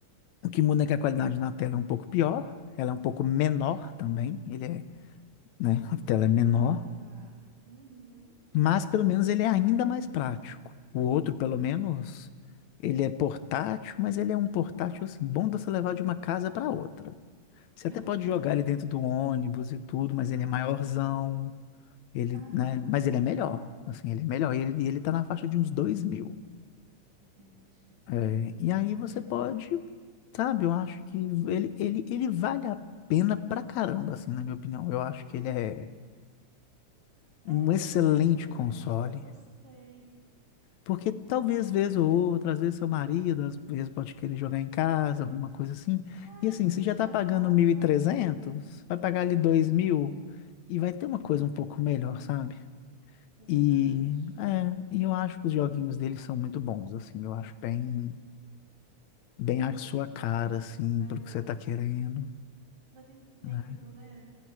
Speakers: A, on the left; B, on the right.
A: o que muda é que a qualidade na tela é um pouco pior, ela é um pouco menor também, ele é, né, a tela é menor,
B: Ah, tá. Uhum.
A: mas pelo menos ele é ainda mais prático. O outro, pelo menos, ele é portátil, mas ele é um portátil assim, bom de você levar de uma casa para outra. Você
B: <laughs>
A: até pode jogar ele dentro do ônibus e tudo, mas ele
B: Aham.
A: é maiorzão, ele,
B: Ah,
A: né, mas ele é melhor,
B: tá.
A: assim, ele é melhor, e ele, e ele tá na faixa de uns dois mil.
B: Entendi.
A: É, e aí você
B: É.
A: pode, sabe, eu acho que ele, ele, ele vale a pena pra caramba, assim, na minha opinião. Eu acho que ele é um
B: É, eu
A: excelente
B: gostei também.
A: console.
B: Eu gostei.
A: Porque talvez,
B: Não.
A: vez ou outra, às vezes seu marido, às vezes pode querer jogar em casa, alguma coisa assim.
B: É,
A: E assim,
B: quando
A: você
B: eu estiver
A: já tá pagando
B: em casa,
A: mil
B: eu
A: e trezentos
B: acho que eu,
A: vai pagar
B: né?
A: ali 2.000 e vai ter uma
B: Uhum.
A: coisa um pouco melhor, sabe?
B: É verdade.
A: E, é, e eu acho que os joguinhos dele são muito bons, assim, eu acho bem. bem a sua cara, assim,
B: São melhor.
A: pelo que você tá querendo,
B: Da Nintendo,
A: né?
B: né?